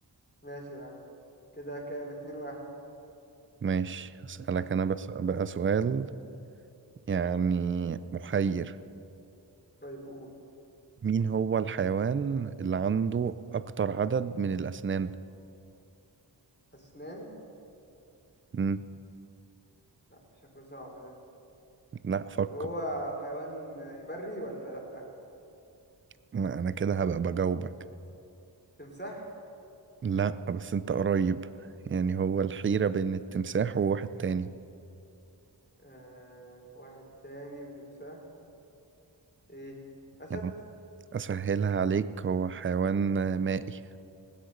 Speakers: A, on the left; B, on the right.
A: ماشي يا عم كده كام اتنين واحد
B: ماشي أسألك أنا
A: ماشي.
B: بس بقى سؤال يعني محير
A: طيب قول
B: مين هو الحيوان اللي عنده أكتر عدد من الأسنان؟
A: أسنان
B: مم.
A: لا شكله صعب ده
B: لا فكر
A: طب هو حيوان بري ولا لأ
B: لا أنا كده هبقى بجاوبك
A: تمساح
B: لا بس أنت قريب يعني هو الحيرة بين التمساح وواحد تاني
A: آه واحد تاني وتمساح ايه أسد
B: يعني أسهلها عليك هو حيوان مائي